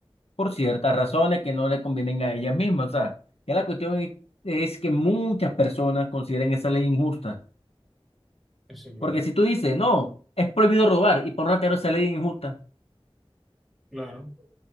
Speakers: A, on the left (about 85°); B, in the centre.
A: por ciertas razones que no le convienen a ellas mismas. O sea, ya la cuestión es, es que muchas personas consideren esa ley injusta.
B: Eso es verdad.
A: Porque si tú dices, no, es prohibido robar y por una esa ley es injusta.
B: Claro.